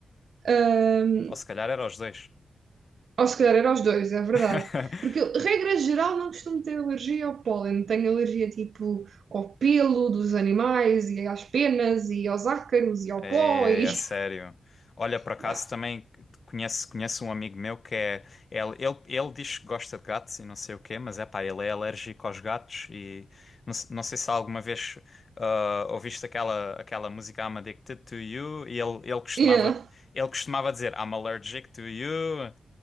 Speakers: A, on the right; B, on the left.
A: Ahm,
B: Ou se calhar era os dois.
A: ou se calhar era aos dois, é verdade.
B: <laughs>
A: Porque eu, regra geral, não costumo ter alergia ao pólen. Tenho alergia tipo ao pelo dos animais e às penas e aos ácaros e ao
B: É,
A: pó e... <laughs>
B: é sério. Olha, por acaso
A: Yeah.
B: também conheço, conheço um amigo meu que é. Ele, ele, ele diz que gosta de gatos e não sei o quê, mas é pá, ele é alérgico aos gatos e não, se- não sei se alguma vez ah, ouviste aquela, aquela música I'm Addicted to You e ele, ele costumava,
A: Yeah.
B: ele costumava dizer I'm allergic to you.